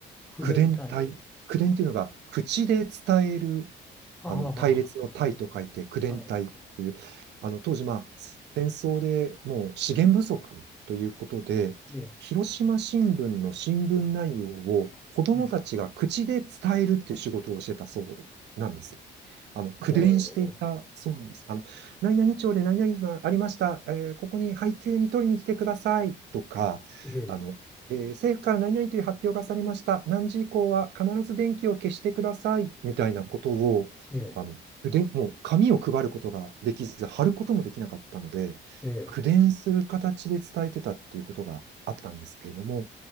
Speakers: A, in the centre; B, on the right (about 60°).
A: 口伝隊。
B: 口伝体。口伝っていうのが、口で伝える、
A: はははは、
B: あの、隊列の隊と書いて、
A: なるほど。
B: 口伝隊という、
A: はい。
B: あの、当時、まあ、戦争でもう資源不足ということで、
A: え
B: 広島新聞の新聞内容を子どもたちが口で伝えるっていう仕事をしてたそうなんです。
A: え、はい。
B: あの、口伝していたそうなんです。
A: ほう。
B: あの、何々町で何々がありました。えーここに配給に取りに来てくださいとか、
A: ええ、
B: あの、えー政府から何々という発表がされました。何時以降は必ず電気を消してください。みたいなことを、
A: ええ、
B: あの、で、もう紙を配ることができず、貼ることもできなかったので、
A: ええ、
B: 口伝する形で伝えてたっていうことがあったんですけれども、